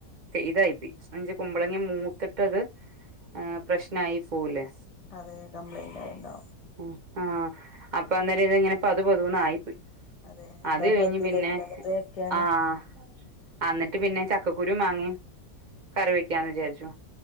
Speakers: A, on the right; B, on the left.
A: ഇതായിപ്പോയി അയിച്ചാ കുമ്പളങ്ങ മൂത്തി- ട്ടത് പ്രശ്നായി പോവൂലേ
B: അത് കംപ്ലൈൻ്റായിണ്ടാവും
A: ആഹാ ആഹ് അപ്പൊ അന്നേരം ഇതെങ്ങെനെ പതു പതൂന്ന് ആയിപ്പോയ്
B: അതെ എന്നാ
A: അത് കഴിഞ്ഞ്
B: പറ്റൂലേക്കുലേ
A: പിന്നെ
B: കറി വെക്കാന്
A: ആഹ് അന്നിട്ട് പിന്നെ ചക്കക്കുരും മാങ്ങയും കറി വെക്കാന്ന് വിചാരിച്ചു